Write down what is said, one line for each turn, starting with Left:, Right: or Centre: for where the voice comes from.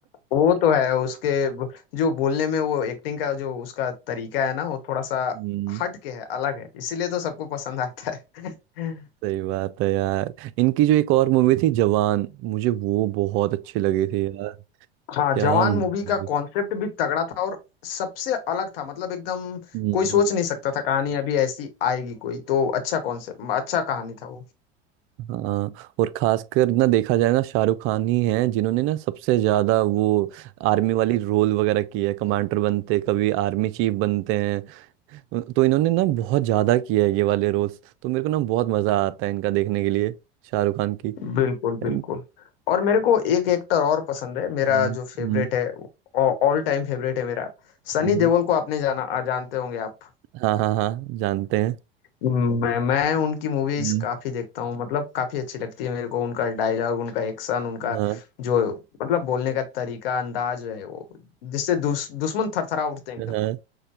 Left: वो तो है उसके ब- जो बोलने में वो एक्टिंग का जो उसका तरीका है ना वो थोड़ा सा
Right: हम्म,
Left: हट के है अलग है इसीलिए तो सबको पसंद आता है
Right: सही बात है यार इनकी जो एक और मूवी थी जवान मुझे वो बहुत अच्छी लगी थी यार
Left: हाँ
Right: क्या
Left: जवान
Right: मूवी
Left: मूवी का कॉन्सेप्ट भी तगड़ा था और सबसे अलग था मतलब एकदम
Right: हम्म,
Left: कोई सोच नहीं सकता था कहानी अभी ऐसी आएगी कोई तो अच्छा कॉन्सेप्ट अच्छा कहानी था वो
Right: हाँ और खासकर ना देखा जाए ना शाहरुख खान ही हैं जिन्होंने ना सबसे ज्यादा वो आर्मी वाली रोल वगैरह की है कमांडर बनते कभी आर्मी चीफ बनते हैं तो इन्होंने ना बहुत ज्यादा किया है ये वाले रोल्स तो मेरे को ना बहुत मजा आता है इनका देखने के लिए शाहरुख खान की
Left: बिल्कुल
Right: हम्म,
Left: बिल्कुल और मेरे को एक एक्टर और पसंद है मेरा
Right: हम्म,
Left: जो फेवरेट
Right: हम्म,
Left: है ऑल टाइम फेवरेट है मेरा सनी
Right: हम्म।
Left: देओल को आपने जाना आ, जानते होंगे आप
Right: हाँ हाँ हाँ जानते हैं
Left: मैं मैं उनकी मूवीज
Right: हम्म,
Left: काफी देखता हूँ मतलब काफी अच्छी लगती है मेरे को उनका डायलॉग उनका एक्शन उनका
Right: हाँ
Left: जो मतलब बोलने का तरीका अंदाज है वो जिससे दुस, दुश्मन थरथरा उठते हैं
Right: हाँ
Left: एकदम